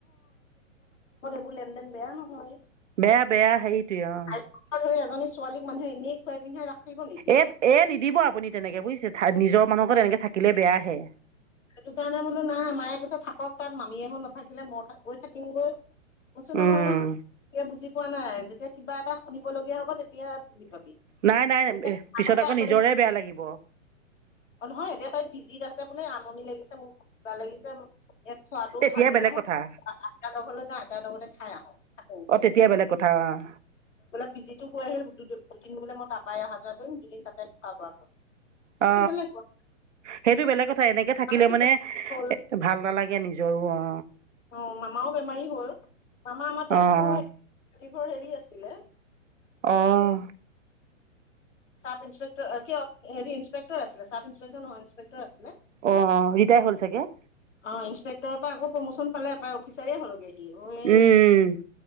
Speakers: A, on the left; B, on the right.
A: মোৰ লেন দেন বেয়া নহয়
B: বেয়া বেয়া সেইটোৱে অ
A: আইফোন ধৰি এজনী ছোৱালীক মানুহ এনেই খুৱাই পিন্ধাই ৰাখিব নেকি
B: এইক
A: বাৰু।
B: এ নিদিব আপুনি তেনেকে বুইছে নিজৰ মানুহৰ ঘৰত এনেকে থাকিলে বেয়াহে
A: সেইটো কাৰণে বোলো না মায়ে কৈছে থাকক তাত মামীয়েহত নাথাকিলে মই তাতে থাকিমগৈ কইছো
B: উম
A: নহয় নহ তই বুজি পোৱা নাই যেতিয়া কিবা এটা শুনিবলগীয়া হব তেয়া এতিয়া বুজি পাবি
B: নাই নাই
A: তেতিয়া
B: পিছত
A: আগতে
B: আকৌ
A: আঁতৰি
B: নিজৰে
A: থ
B: বেয়া লাগিব
A: অ নহয় এতিয়া তাইত পিজিত আছে বোলে আমনি লাগিছে মোক কিবা লাগিছে মোক ইয়াত থোৱাটো
B: তেতিয়া
A: ভাল দিয়ে
B: বেলেগ
A: ন মই
B: কথা
A: আইতাৰ হতৰ ঘৰলৈ যা আইতাৰ লগতে থাক আ থাকোংগে
B: অঁ তেতিয়া বেলেগ কথা অঁ
A: পিজি টো গৈ আহিলো পি জিটো এইকেইদিন বোলে মই তাপাই অহা যোৱা কৰিম দুদিন তাতে থকা খোৱা কৰিম
B: অ
A: সেইটো বেলেগ কথা
B: সেইটো বেলেগ কথা এনেকে থাকিলে
A: কিন্তু
B: মানে
A: এতিয়া হ'ল
B: ভাল নালাগে নিজ ঘৰুৱা অ
A: অ মামাও বেমাৰী হ'ল মামা আমাৰ তেজপুৰ
B: অঁ
A: টোভে হেৰি আছিলে
B: অহ
A: এই চাব ইন্সপেক্টৰ অ কি হৰি ইন্সপেক্টৰ আছিলে চাব ইন্সপেক্টৰ নহয় ইন্সপেক্টৰ আছিলে
B: অ অ ৰিটাই হ'ল চাগে
A: অ ইন্সপেক্টৰ পৰা আকৌ প্ৰমোচন পালে এপাই অফিচাৰে হ'লগে সি অ মানে
B: অ'